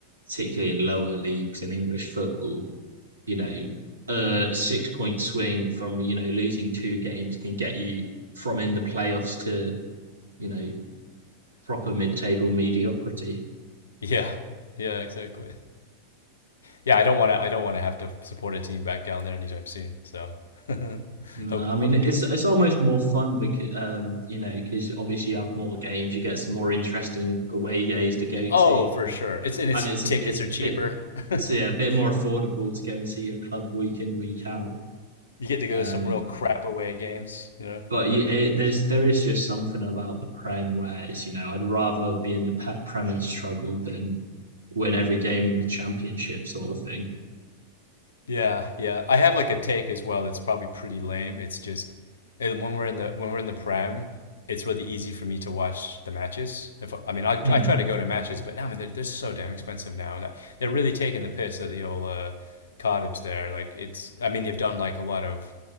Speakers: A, on the right; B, on the left.
A: particularly in lower leagues in English football, you know, a six point swing from, you know, losing two games can get you from in the playoffs to, you know, proper mid table mediocrity.
B: <laughs> yeah, yeah, exactly. Yeah, I don't want to. I don't want to have to support a team back down there anytime soon. So <laughs>
A: No,
B: hope,
A: I
B: hope.
A: mean it's it's almost more fun because um, you know because obviously you have more games, you get some more interesting away days to go
B: Oh,
A: to,
B: for sure. It's and its
A: and
B: tickets
A: it's a, it's
B: are
A: a
B: cheaper.
A: bit so yeah a bit
B: <laughs>
A: more affordable to go and see your club week in week out.
B: You get to go
A: Um,
B: to some real crap away games, you know,
A: But
B: like.
A: you, it, there's there is just something about the Prem where it's you know I'd rather be in the Prem and struggle than win every game in the Championship sort of thing.
B: Yeah, yeah. I have like a take as well that's probably pretty lame. It's just and when we're in the when we're in the prem, it's really easy for me to watch the matches. If I mean, I,
A: Mm.
B: I try to go to matches, but now I mean, they're, they're so damn expensive now. And They're really taking the piss at the old uh, cottage there. Like it's, I mean, they've done like a lot of